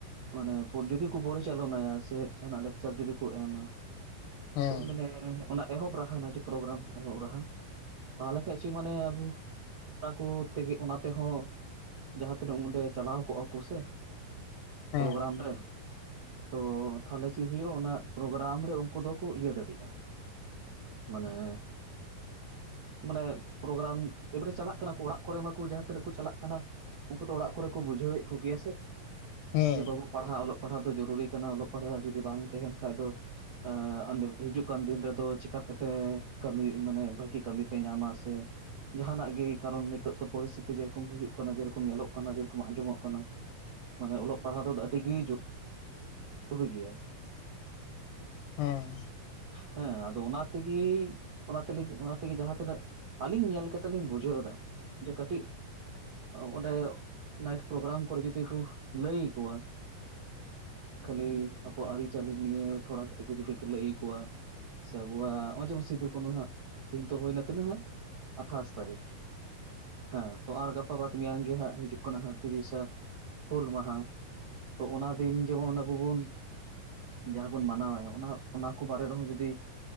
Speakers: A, on the right (about 75°); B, on the left (about 85°).
A: ᱢᱟᱱᱮ ᱡᱩᱫᱤ ᱠᱚ ᱯᱚᱨᱤᱪᱟᱞᱚᱱᱟᱭᱟ ᱥᱮ ᱡᱟᱦᱱᱟᱜ ᱞᱮᱠᱪᱟᱨ ᱡᱩᱫᱤ ᱠᱚ ᱮᱢᱟ᱾
B: ᱦᱮᱸ
A: ᱢᱟᱱᱮ ᱚᱱᱟ ᱮᱦᱚᱵ ᱨᱟᱦᱟ, ᱯᱨᱳᱜᱨᱟᱢ ᱮᱦᱚᱵ ᱨᱟᱦᱟ ᱛᱟᱦᱚᱞᱮ ᱠᱷᱟᱱ ᱪᱮᱫ ᱢᱟᱱᱮ ᱟᱵᱚ ᱚᱱᱟ ᱠᱚ ᱛᱮᱜᱮ ᱚᱱᱟ ᱛᱮᱦᱚᱸ ᱡᱟᱦᱟᱸ ᱛᱤᱱᱟᱹᱜ ᱚᱸᱰᱮ ᱪᱟᱞᱟᱣ ᱠᱚᱜᱼᱟ, ᱠᱚᱥᱮ
B: ᱦᱮᱸ
A: ᱯᱨᱳᱜᱨᱟᱢ ᱨᱮ ᱛᱚ ᱛᱟᱦᱚᱞᱮ ᱪᱮᱫ ᱦᱩᱭᱩᱜᱼᱟ᱾ ᱚᱱᱟ ᱯᱨᱳᱜᱨᱟᱢ ᱨᱮ ᱩᱱᱠᱩ ᱫᱚᱠᱚ ᱤᱭᱟᱹ ᱫᱟᱲᱤᱭᱟᱜ-ᱟ᱾ ᱢᱟᱱᱮ ᱢᱟᱱᱮ ᱯᱨᱳᱜᱨᱟᱢ ᱮᱵᱟᱨᱮ ᱪᱟᱞᱟᱜ ᱠᱟᱱᱟ ᱠᱚ ᱚᱲᱟᱜ ᱠᱚᱨᱮ ᱮᱢᱟ ᱠᱚ ᱡᱟᱦᱟᱸ ᱛᱤᱱᱟᱹᱜ ᱠᱚ ᱪᱟᱞᱟᱜ ᱠᱟᱱᱟ᱾ ᱩᱱᱠᱩ ᱫᱚ ᱚᱲᱟᱜ ᱠᱚᱨᱮ ᱠᱚ ᱵᱩᱡᱷᱟᱹᱣ ᱮᱫ ᱠᱚ ᱜᱮᱭᱟ ᱥᱮ
B: ᱦᱮᱸ
A: ᱡᱮ ᱵᱟᱹᱵᱩ ᱯᱟᱲᱦᱟᱣ ᱚᱞᱚᱜ ᱚᱞᱚᱜ ᱯᱟᱲᱦᱟᱜ ᱫᱚ ᱡᱩᱨᱤ ᱠᱟᱱᱟ᱾ ᱚᱞᱚᱜ ᱯᱟᱲᱦᱟᱜ ᱡᱩᱫᱤ ᱵᱟᱝ ᱛᱟᱦᱮᱱ ᱠᱷᱟᱱᱡ ᱫᱚ ᱮ ᱦᱤᱡᱩᱜ ᱠᱟᱱ ᱫᱤᱱ ᱨᱮᱫᱚ ᱪᱤᱠᱟ ᱛᱮᱯᱮ ᱠᱟᱹᱢᱤ ᱢᱟᱱᱮ ᱵᱷᱟᱹᱜᱤ ᱠᱟᱹᱢᱤ ᱯᱮ ᱧᱟᱢᱟ ᱥᱮ ᱡᱟᱦᱟᱱᱟᱜ ᱜᱮ ᱠᱟᱨᱚᱱ ᱱᱤᱛ ᱯᱚᱨᱤᱥᱛᱷᱤᱛᱤ ᱡᱮᱨᱚᱠᱚᱢ ᱦᱤᱡ ᱠᱟᱱᱟ, ᱡᱮᱨᱚᱠᱚᱢ ᱧᱮᱞᱚᱜ ᱠᱟᱱᱟ, ᱡᱮᱨᱚᱠᱚᱢ ᱟᱸᱡᱚᱢᱚᱜ ᱠᱟᱱᱟ, ᱢᱟᱱᱮ ᱚᱞᱚᱜ ᱯᱟᱲᱦᱟᱜ ᱫᱚ ᱟᱹᱰᱤᱜᱤ ᱡᱚᱴᱤᱞ ᱜᱮᱭᱟ᱾
B: ᱦᱮᱸ᱾
A: ᱦᱮᱸ ᱟᱫᱚ ᱚᱱᱟ ᱛᱮᱜᱮ ᱚᱱᱟ ᱛᱮ, ᱚᱱᱟ ᱛᱮᱜᱮ ᱡᱟᱦᱟᱸ ᱛᱤᱱᱟᱹᱜ ᱟᱹᱞᱤᱧ ᱧᱮᱞ ᱠᱟᱛᱮᱜ ᱞᱤᱧ ᱵᱩᱡᱷᱟᱹᱣ ᱮᱫᱟ, ᱡᱮ ᱠᱟᱹᱴᱤᱡ ᱚᱸᱰᱮ ᱱᱟᱭᱤᱴ ᱯᱨᱳᱜᱨᱟᱢ ᱠᱚᱨᱮ ᱡᱩᱫᱤ ᱠᱚ ᱞᱟᱹᱭ ᱟᱠᱚᱣᱼᱟ᱾ ᱠᱷᱟᱹᱞᱤ ᱟᱵᱚ ᱟᱹᱨᱤ-ᱪᱟᱹᱞᱤ ᱱᱤᱭᱮ ᱛᱷᱚᱲᱟ ᱠᱟᱹᱴᱤᱡ ᱠᱚ ᱡᱩᱫᱤ ᱠᱚ ᱞᱟᱹᱭ ᱟᱠᱚᱣᱼᱟ᱾ ᱥᱮ ᱟᱵᱚᱣᱟᱜ ᱱᱚᱜᱼᱚᱭ ᱡᱮᱢᱚᱱ ᱥᱤᱫᱩ, ᱠᱟᱹᱱᱦᱩ ᱦᱟᱸᱜ ᱛᱮᱦᱮᱧ ᱦᱩᱭᱱᱟ ᱛᱤᱱᱟᱹᱜ ᱦᱟᱸᱜ ᱟᱴᱷᱟᱥ ᱛᱟᱹᱨᱤᱠᱷ᱾ ᱦᱮᱸ ᱛᱚ ᱟᱨ ᱜᱟᱯᱟ ᱵᱟᱫᱽ ᱢᱮᱭᱟᱝ ᱜᱮ ᱦᱟᱸᱜ ᱦᱤᱡᱩᱜ ᱠᱟᱱᱟᱜ ᱛᱤᱨᱤᱥᱟ ᱦᱩᱞ ᱢᱟᱦᱟ᱾ ᱛᱚ ᱚᱱᱟ ᱫᱤᱱ ᱡᱮᱢᱚᱱ ᱟᱵᱚ ᱵᱚᱱ᱾ ᱡᱟᱦᱟᱸ ᱵᱚᱱ ᱢᱟᱱᱟᱣ ᱣᱟ ᱚᱱᱟ ᱠᱚ ᱨᱮᱦᱚᱸ ᱡᱩᱫᱤ